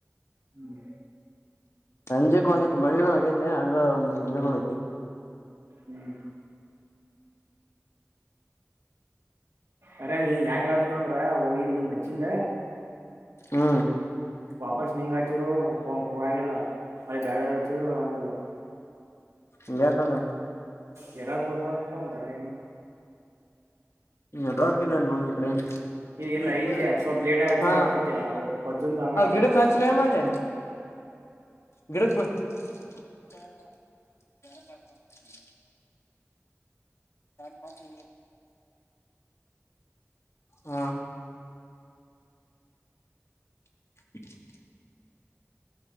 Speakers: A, on the right (about 80°); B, on the left (about 60°).
A: ಹ್ಮ್
B: ಸಂಜೆಕ್ ಒಂದಿ ಮಳ ಆಗೇತೆ ಹಂಗ ಒಂದ ನೀರು ಹೋಗತಿ
A: ಹ್ಮ್ ಅರ ನೀ ಹೆಂಗ ಆಗತ್ತ ಅಂದ್ರ ಹೋಗಿನಿ ನಚ್ಚನ್
B: ಹಾ
A: ವಾಪಸ್ ನಿಂಗಗೆ ಹಚ್ಚಿರು ಹೋಗಂಗಿಲ್ಲ ಮಳೆ ಬೇರೆದಾರ್ಗೆ ಹಚ್ಚಿದರು ಹೋಗಂಗಿಲ್ಲ
B: ನಿಯತಾಗ
A: ಯಾರಗು ಒಂತರ ಇನ್ <unintelligible>
B: <unintelligible>
A: ಏ ಇಲ್ಲ ಐತೆ ಸ್ವಲ್ಪ ಲೇಟ್ ಆಗ ಹಚ್ಚಿರ
B: ಹಾ
A: ಆತೈತೆ ಅವು ಪಜ್ಜಂದು ಹಂಗ
B: ಅವ
A: ಆತೈತೆ
B: ಗಿಡ ಕಾಚಿಲ್ಲ ಮಾಡಂಡ ಗಿಡಕ್ ಬರ್ <inaudible> ಹ್ಮ <inaudible> ಕತಿ <unintelligible> <inaudible> ಹಾ <inaudible>